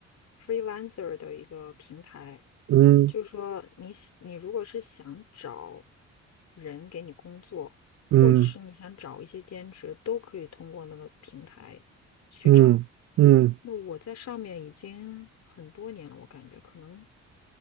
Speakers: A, on the left; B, on the right.
A: freelancer 的一个平台，
B: 嗯
A: 就是说你喜你如果是想找人给你工作，
B: 嗯
A: 或者是你想找一些兼职，都可以通过那个平台去找。
B: 嗯嗯，
A: 那我在上面已经很多年了，我感觉可能